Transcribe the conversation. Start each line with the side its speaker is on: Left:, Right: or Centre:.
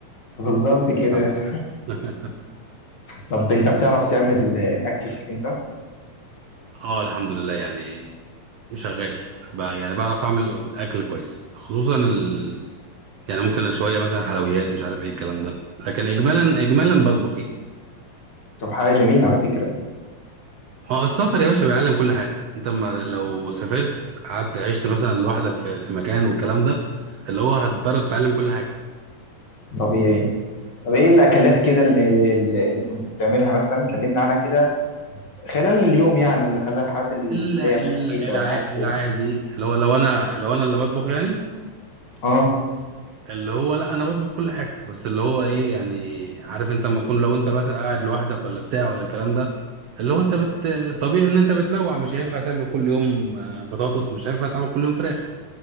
Left: بالظبط كده
Right: <laughs>
Left: طب أنت بتعرف تعمل أكل أنت؟
Right: اه الحمد لله يعني شغال بقى يعني بعرف اعمل اكل كويس خصوصا ال... يعني ممكن شويه مثلا حلويات مش عارف ايه الكلام ده لكن اجمالا اجمالا بطبخ يعني.
Left: طب حاجة جميلة على فكرة
Right: اه السفر يا باشا بيعلم كل حاجة انت ما لو سافرت قعدت عشت مثلا لوحدك في, في مكان والكلام ده اللي هو هتضطر تتعلم كل حاجة
Left: طبيعي طب إيه الأكلات كده اللي, اللي كنت بتعملها مثلا كلمنا عنها كده خلال اليوم يعني اللي خلال الحاجات اللي
Right: الا
Left: هي الخفيفة
Right: الا الع-
Left: والحاجات
Right: العادي
Left: كده
Right: اللي هو لو انا لو انا اللي بطبخ يعني
Left: آه
Right: اللي هو لا انا بطبخ كل حاجة بس اللي هو ايه يعني عارف انت لما تكون لو انت بس قاعد لوحدك ولا بتاع ولا الكلام ده اللي هو انت بت طبيعي ان انت بتنوع مش هينفع تعمل كل يوم آه، بطاطس مش هينفع تعمل كل يوم فراخ